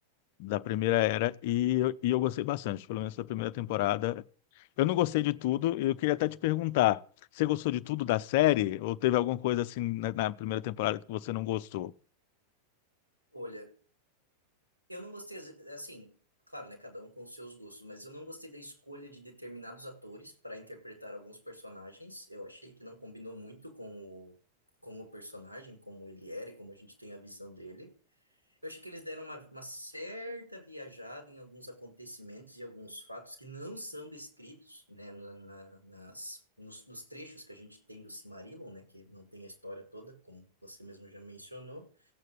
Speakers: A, on the left (about 50°); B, on the right (about 85°).
A: da primeira era e, eu- e eu gostei bastante, pelo menos da primeira temporada. Eu não gostei de tudo, eu queria até te perguntar, você gostou de tudo da série ou teve alguma coisa assim na, na primeira temporada que você não gostou?
B: Olha, eu não gostei, assim, claro, né, cada um com os seus gostos, mas eu não gostei da escolha de determinados atores para interpretar alguns personagens. Eu achei que não combinou muito com o, com o personagem, como ele era e como a gente tem a visão dele. Eu achei que eles deram uma, uma certa viajada em alguns acontecimentos e alguns fatos que não são descritos, né, na, na- nas, nos, nos trechos que a gente tem do Silmarillion, né, que não tem a história toda, como você mesmo já mencionou,